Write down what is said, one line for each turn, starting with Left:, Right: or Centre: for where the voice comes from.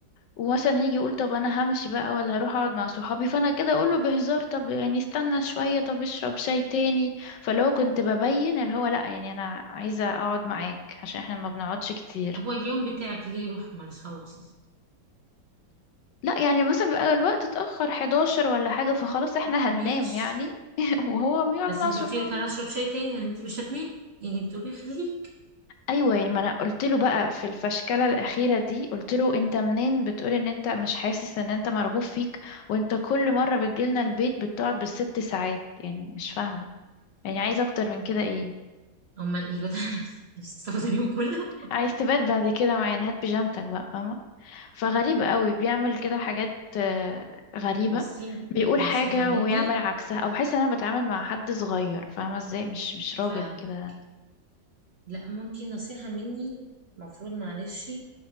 Left: ومثلا يجي يقول طب انا همشي بقى ولا هروح اقعد مع صحابي فانا كده اقوله بهزار طب يعني استنى شوية طب اشرب شاي تاني فلو كنت ببين اللي هو لا يعني انا عايزة اقعد معاك عشان احنا ما بنقعدش كتير
Right: هو اليوم بتاعك ليه روح مالهاش هوا أساسا
Left: لا يعني مثلا بيبقى الوقت اتأخر 11 ولا حاجة فخلاص
Right: اه
Left: احنا هننام
Right: ماشي
Left: يعني <laughs> وهو بيقعد
Right: بس
Left: مع
Right: انتي
Left: صحابه
Right: قلتيلي تعالى اشرب شاي تاني يعني انتي مش هتنامي يعني بتقولي خليك
Left: ايوه يعني ما انا قلت له بقى في الفشكله الاخيره دي قلت له انت منين بتقول ان انت مش حاسس ان انت مرغوب فيك وانت كل مره بتجيلنا البيت بتقعد بالست ساعات يعني مش فاهمه يعني عايز اكتر من كده ايه
Right: امال ايه كنت <laughs> هتستفاد اليوم كله
Left: عايز تبات بعد كده معانا هات بيجامتك بقى فاهمه فغريب قوي بيعمل كده حاجات آه، غريبه
Right: بصي
Left: بيقول
Right: نصيحة
Left: حاجه
Right: مني
Left: ويعمل عكسها او بحس ان انا بتعامل مع حد صغير فاهمه ازاي مش مش
Right: فاهمك
Left: راجل كده
Right: لا ما انتي نصيحة مني مفروض معلش